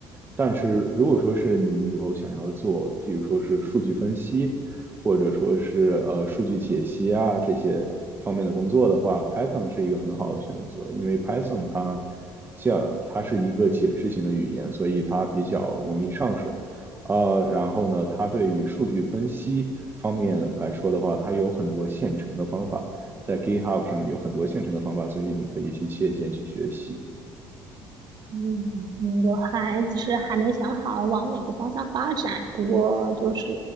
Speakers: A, on the right; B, on the right.
A: 但是如果说是你以后想要做，譬如说是数据分析，或者说是呃数据解析啊这些方面的工作的话，Python 是一个很好的选择，因为 Python 它叫它是一个解释型的语言，所以它比较容易上手。呃，然后呢，它对于数据分析方面来说的话，它有很多现成的方法，在 GitHub 上面有很多现成的方法，所以你可以去借鉴去学习。
B: 嗯嗯，我还其实还没想好往哪个方向发展，不过就是